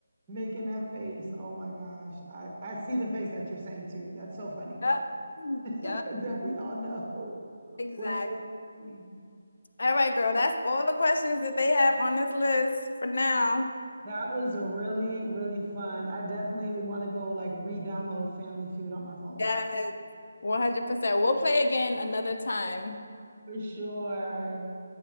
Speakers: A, on the right; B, on the left.
A: making that face. Oh my gosh, I I see the face that you're saying too. That's so funny
B: Yep.
A: <laughs>
B: Yep.
A: that we all know <laughs>
B: Exactly.
A: what his face. is.
B: All right, girl. That's all the questions that they have on this list for now.
A: That was a really, really fun. I definitely want to go like re-download Family Feud on my phone now.
B: Yes. 100%. We'll play again another time.
A: For sure.